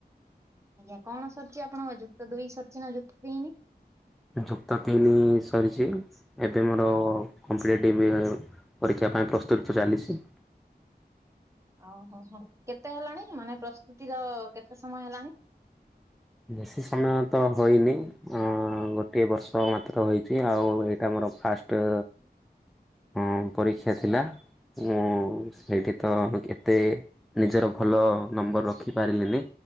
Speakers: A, on the right; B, in the centre.
A: ଆଜ୍ଞା। କଣ ସରିଚି ଆପଣଙ୍କ ଯୁକ୍ତ ଦୁଇ ସରିଚି ନା ଯୁକ୍ତ ତିନି?
B: ଯୁକ୍ତ ତିନି ସରିଚି। ଏବେ ମୋର କମ୍ପିଟେଟିଭ୍ ପରୀକ୍ଷା ପାଇଁ ପ୍ରସ୍ତୁତ ଚାଲିଛି।
A: ଓହୋ ହୋ। କେତେ ହେଲାଣି ମାନେ ପ୍ରସ୍ତୁତିର କେତେ ସମୟ ହେଲାଣି?
B: ବେଶୀ ସମୟ ତ ହୋଇନି। ଆଁ ଗୋଟିଏ ବର୍ଷ ମାତ୍ର ହୋଇଚି। ଆଉ ଏଇଟା ତ ଫାଷ୍ଟ ଅ ପରୀକ୍ଷା ଥିଲା। ମୁଁ ସେଇଠି ତ ଏତେ ନିଜର ଭଲ ନମ୍ବର ରଖିପାରିଲିନି।